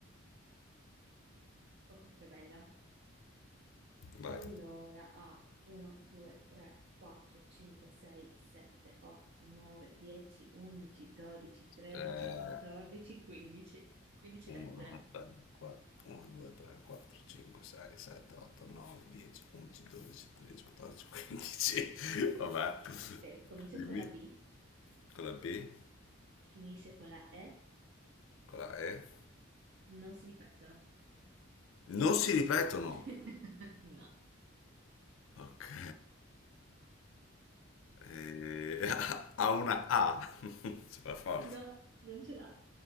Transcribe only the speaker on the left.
Vai.
Eh,
1,
2, 3, 4, 1, 2, 3, 4, 5, 6, 7, 8, 9, 10, 11, 12, 13, 14, 15. <laughs> Vabbè,
dimmi
con la B,
con la E.
Non si ripetono.
Ok. Eh, <laughs> ha una A. <laughs> Super forte.